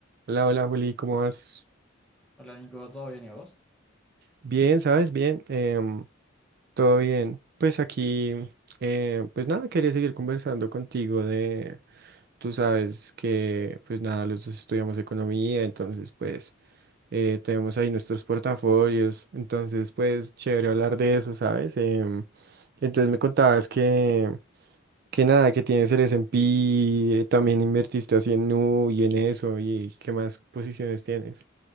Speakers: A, on the right; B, in the centre.
A: Hola, hola Juli, ¿cómo vas?
B: Hola Nico, ¿todo bien y vos?
A: Bien, ¿sabes? Bien, em, todo bien. Pues aquí, eh, pues nada, quería seguir conversando contigo de, tú sabes que, pues nada, los dos estudiamos economía, entonces pues eh, tenemos ahí nuestros portafolios, entonces pues chévere hablar de eso, ¿sabes? Em, entonces me contabas que, que nada, que tienes el S&P, eh, también invertiste así en Nu y en eso, y qué más posiciones tienes.